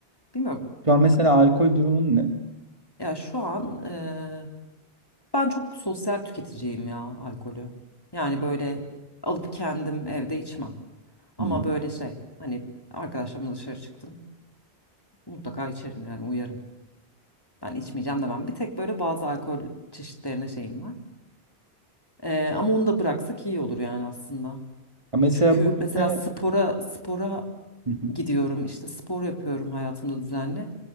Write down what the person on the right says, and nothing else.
Şu an mesela alkol durumun ne?
Hı hı.
Ha, Mesela
bu
ne?
Hı hı.